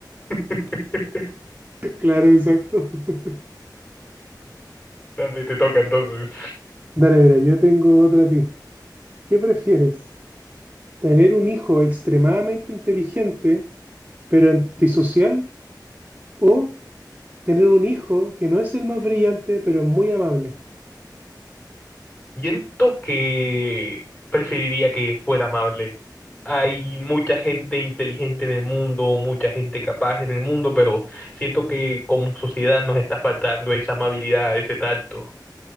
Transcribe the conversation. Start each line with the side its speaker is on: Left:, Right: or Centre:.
Left: <laughs>
Right: Claro, exacto. <laughs>
Left: Dale, te toca entonces.
Right: Dale, mira, yo tengo otra a ti. ¿Qué prefieres? ¿Tener un hijo extremadamente inteligente, pero antisocial? ¿O tener un hijo que no es el más brillante, pero es muy amable?
Left: Siento que preferiría que fuera amable. Hay mucha gente inteligente en el mundo, mucha gente capaz en el mundo, pero siento que como sociedad nos está faltando esa amabilidad, ese tacto